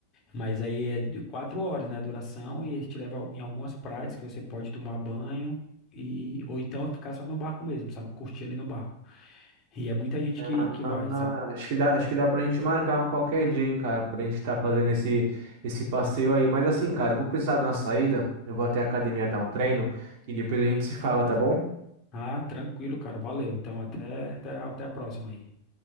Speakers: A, on the left (about 30°); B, on the right (about 50°).
A: Mas aí é de quatro horas, né, a duração, e ele te leva em algumas praias que você pode tomar banho, e ou então ficar só no barco mesmo, sabe? Curtir ali no barco. E é muita gente que,
B: Ah,
A: que vai, sabe?
B: acho que dá, acho que dá pra gente marcar qualquer dia, hein, cara, pra gente tá fazendo esse, esse passeio aí. Mas assim, cara, eu vou precisar de uma saída. Eu vou até a academia dar um treino e depois a gente se fala, tá bom?
A: Ah, tranquilo, cara, valeu. Então até, até, a- até a próxima aí.